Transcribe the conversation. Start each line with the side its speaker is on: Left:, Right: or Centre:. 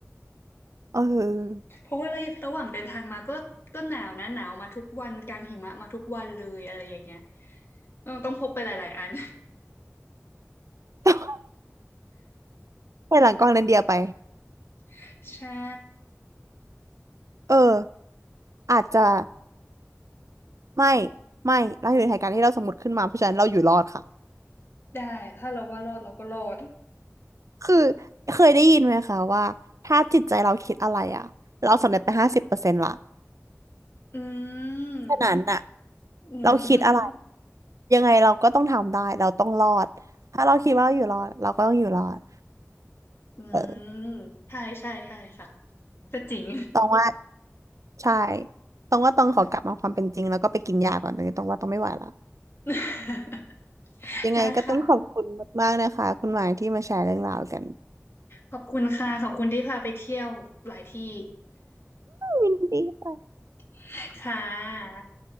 Right: เออ
Left: เพราะว่าระยะระหว่างเดินทางมาก็ก็หนาวนะหนาวมาทุกวันกลางหิมะมาทุกวันเลยอะไรอย่างเงี้ยต้องต้องพกไปหลายๆอัน
Right: <laughs> ไปหลังกองเรนเดียร์ไป
Left: <laughs> ใช่
Right: เอออาจจะไม่ไม่เราอยู่ในเหตุการณ์ที่เราสมมติขึ้นมาเพราะฉะนั้นเราอยู่รอดค่ะ
Left: ได้ถ้าเราว่ารอดเราก็รอด
Right: คือเคยได้ยินไหมคะว่าถ้าจิตใจเราคิดอะไรอ่ะเราสำเร็จไปห้าสิบเปอร์เซ็นต์ละ
Left: อืม
Right: ฉะนั้นน่ะ
Left: อืม
Right: เราคิดอะไรยังไงเราก็ต้องทำได้เราต้องรอดถ้าเราคิดว่าเราอยู่รอดเราก็ต้องอยู่รอด
Left: อื
Right: เออ
Left: มใช่ใช่ใช่ค่ะก็จริง
Right: ตองว่าใช่ตองว่าตองขอกลับมาความเป็นจริงแล้วก็ไปกินยาก่อนตอนนี้ตองว่าตองไม่ไหวละ
Left: <laughs>
Right: ยังไงก็ต้องขอบคุณมากๆนะคะคุณหมายที่มาแชร์เรื่องราวกัน
Left: ได้ค่ะ ขอบคุณค่ะขอบคุณที่พาไปเที่ยวหลายที่
Right: ยินดีค่ะ
Left: <laughs> ค่ะ